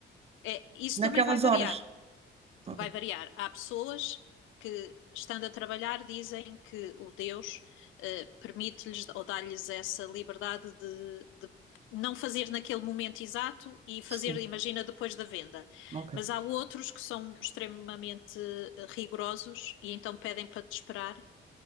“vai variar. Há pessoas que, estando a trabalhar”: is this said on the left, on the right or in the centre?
Left